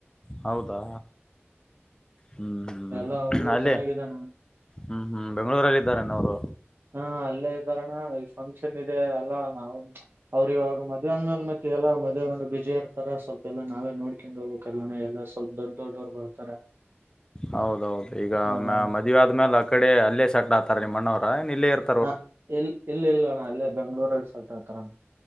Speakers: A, on the left; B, on the right.
A: ಹೌದಾ <inaudible> ಹ್ಮ್
B: ಎಲ್ಲ ಅವ್ರದು
A: ಅಲ್ಲೇ
B: ಚೆನ್ನಾಗಿದಣ
A: ಹ್ಮ್ ಹ್ಮ್ ಬೆಂಗಳೂರಾಗ್ ಇದ್ದಾರೆನ್ ಅವರು
B: ಹು ಹು ಅಲ್ಲೇ ಇದ್ದಾರಣ್ಣ ಈ ಫಂಕ್ಷನ್ ಇದೆ ಅಲ್ಲಾ ನಾವು ಅವ್ರು ಇವಾಗ ಮದುವೆ ಅಂದ್ಮೇಲೆ ಮತ್ತೆ ಎಲ್ಲ ಮದುವೆ ಗಂಡು ಬಿಜಿ ಇರ್ತಾರ ಸ್ವಲ್ಪ ಎಲ್ಲ ನಾವೇ ನೋಡ್ <unintelligible> ಎಲ್ಲ ಸ್ವಲ್ಪ ದೊಡ್ಡ ದೊಡ್ಡವ್ರು ಬರ್ತಾರೆ
A: ಹೌದೌದು ಈಗ
B: ಹ್ಮ
A: ಮ ಮದುವೆ ಆದ್ಮೇಲೆ ಆ ಕಡೆ ಅಲ್ಲೇ ಸೆಟ್ಲ್ ಆತಾರೆ ನಿಮ್ಮಣ್ಣವರ ಏನ್ಇಲ್ಲೇ ಇರ್
B: ಹ ಇಲ್ ಇಲ್ಲಿಲ್ಲಣ್ಣ ಅಲ್ಲೇ ಬೆಂಗ್ಳೂರಲ್ಲಿ ಸೆಟ್ ಆಗ್ತಾರಣ್ಣ.